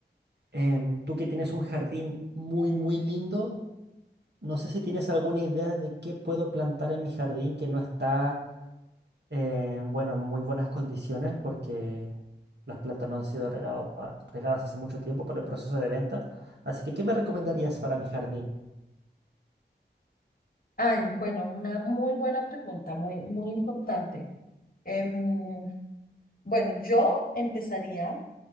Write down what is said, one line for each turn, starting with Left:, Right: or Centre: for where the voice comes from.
Right: Em, tú que tienes un jardín muy, muy lindo, no sé si tienes alguna idea de qué puedo plantar en mi jardín que no está Eh, bueno, en muy buenas condiciones porque las plantas no han sido regado- regadas hace mucho tiempo por el proceso de venta. Así que, ¿qué me recomendarías para mi jardín?
Left: Ay, bueno, una muy buena pregunta, muy, muy importante. Em, bueno, yo empezaría